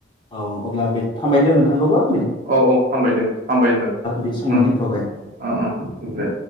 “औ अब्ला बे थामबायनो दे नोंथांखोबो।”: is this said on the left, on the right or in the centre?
Left